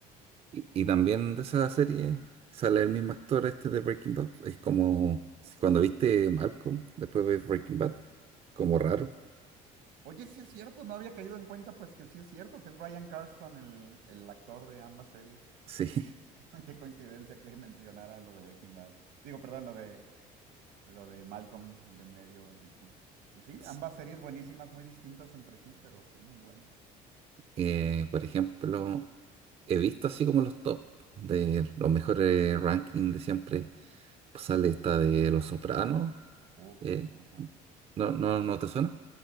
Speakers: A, on the right (about 35°); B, on the right (about 80°).
A: Y, y también de esa serie sale el mismo actor este de Breaking Bad. Es como si cuando viste Malcolm, después ves Breaking Bad, como raro.
B: Oye, sí es cierto, no había caído en cuenta pues que sí es cierto, que es Bryan Cranston el, el actor de ambas series.
A: Sí.
B: <laughs> Qué coincidencia que mencionara lo de Breaking Bad. Digo, perdón, lo de Lo de Malcolm, el del medio, y sí. Y sí,
A: <laughs>
B: ambas series buenísimas, muy distintas entre sí, pero sí, muy buenas.
A: Eh, por ejemplo, he visto así como los top de los mejores rankings de siempre. Pues sale esta de Los Sopranos.
B: Uf,
A: eh,
B: ajá.
A: ¿no, no, no te suena?